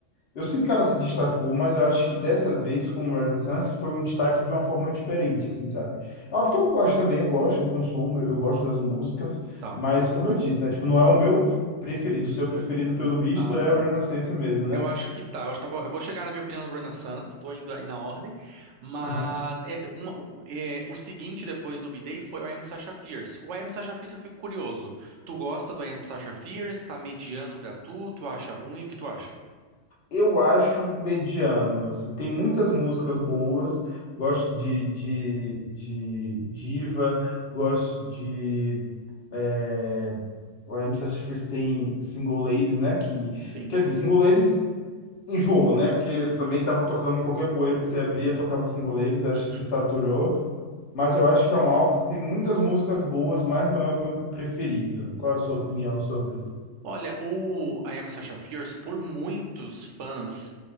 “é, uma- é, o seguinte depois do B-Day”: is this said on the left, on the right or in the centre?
Right